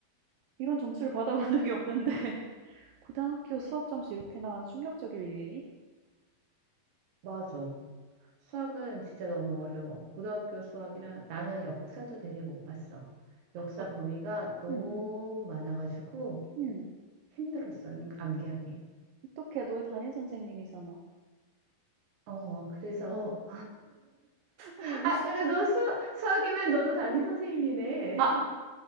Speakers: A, on the right; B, on the right.
A: 이런 점수를 받아본 적이 없는데 <laughs> 고등학교 수학 점수 이렇게나 충격적일 일이니?
B: 맞아. 수학은 진짜 너무 어려워. 고등학교 수학이랑 나는 역사도 되게 못 봤어. 역사
A: 어
B: 범위가 너무
A: 음음.
B: 많아가지고
A: 음. 음.
B: 힘들었어, 암- 암기하기.
A: 어떡해. 너희 담임 선생님이잖아.
B: 어, 그래서. <laughs>
A: 음.
B: 아, 그래, 너 수학, 수학이면 너도 담임 선생님이네.
A: 아,